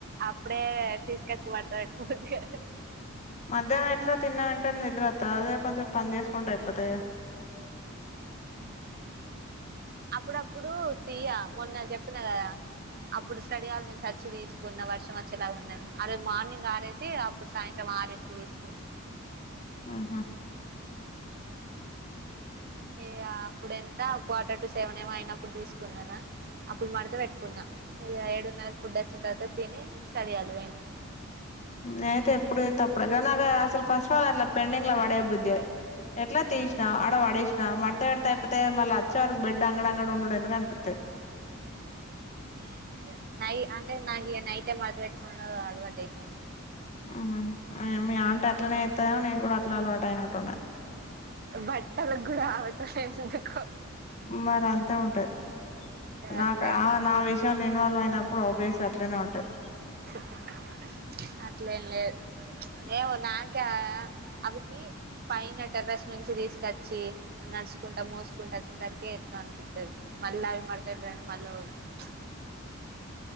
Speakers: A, on the right; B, on the left.
A: అప్పుడే తీసుకచ్చి పెట్ట బుద్ధి కాదు
B: మధ్యానం ఎట్లో తిన్న వెంటనే నిద్ర వత్తాది అదే కొంచెం పని చేసుకుంటే అయిపోతది కదా
A: ఏమో ఇగ అప్పుడప్పుడు తీయ మొన్న జెప్పిన కదా అప్పుడు స్టడీ హాల్ నుంచి అచ్చి తీసుకున్న వర్షం వచ్చేలా ఉందని అరే మార్నింగ్ ఆరేసి ఇప్పుడు సాయంత్రం ఆరు ఇంటికి వేసుకుంది.
B: ఆహా
A: హ మీ గా అప్పుడ ఎంత క్వార్టర్ టు సెవెన్ ఏమ అయినప్పుడు తీసుకున్నానా అప్పుడు మడితే పెట్టుకున్నా ఇ ఏడున్నరకి ఫుడ్ వచ్చిన తర్వాత తిని స్టడయాలి వయి
B: నేయితే ఎప్పుడ తప్పుడుగా నాక అసలు పశుాల అట్లా పెండింగ్ లా పడే బుద్ధి ఎట్లా తీసిన ఆడ వడేసిన తా మడత పెడితే అయిపోతే మళ్ళీ వచ్చే వరకు బెడ్ అంగడ అంగడ ఉండు ఎందుకు అనిపిత్తది.
A: ఏమో ఇగ నై అంటే నాకి ఇ నైట్ మడత పెట్టుకుండా అలవాటు అయిపోయింది.
B: ఉ మీ అంటే అట్లనే ఎత్తదో నేను కూడా అట్లా అలవాటు అయినట్టున్నా.
A: బట్టల కూడా ఆమెతో చేపించకు
B: మరి అంతా ఉంటది. నాక
A: అట్లే
B: నా విషయంలో ఇన్వాల్వ్ అయినప్పుడు ఆబ్వియస్ అట్లనే ఉంటాది.
A: <inaudible> లే లెద్ ఏమొ నాకా అవిట్ని పైన టెర్రస్ నుంచి తీసుకొచ్చి నడుచుకుంటా, మోసుకుంటూ వచ్చేసరికి ఎట్ అనిపిస్తుంది మళ్ళీ అవి మడత నన్ మలో ప్చ్